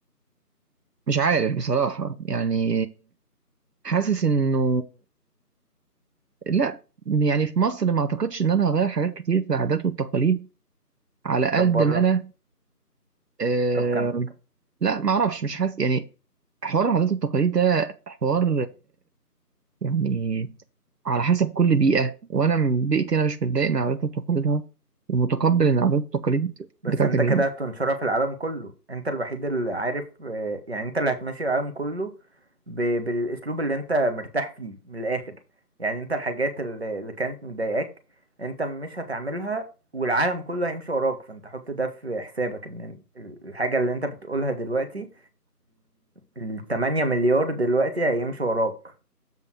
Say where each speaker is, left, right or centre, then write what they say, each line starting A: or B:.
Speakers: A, on the right; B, on the right.
A: مش عارف بصراحة يعني حاسس انه لا يعني في مصر ما اعتقدش ان انا هغير حاجات كتير في العادات والتقاليد على قد
B: طب بره
A: ما انا آه
B: طب كمل
A: لا ما اعرفش مش حاسس يعني حوار العادات والتقاليد ده حوار يعني على حسب كل بيئة وأنا من بيئتي أنا مش متضايق من عاداتها وتقاليدها ومتقبل إن العادات والتقاليد
B: بس
A: بتاعت
B: انت
A: ال...
B: كده هتنشرها في العالم كله انت الوحيد اللي عارف آه، يعني انت اللي هتمشي العالم كله ب- بالاسلوب اللي انت مرتاح فيه من الاخر يعني انت الحاجات اللي اللي كانت مضايقاك انت مش هتعملها والعالم كله هيمشي وراك فانت حط ده في حسابك ان ال- الحاجة اللي انت بتقولها دلوقتي التمانية مليار دلوقتي هيمشي وراك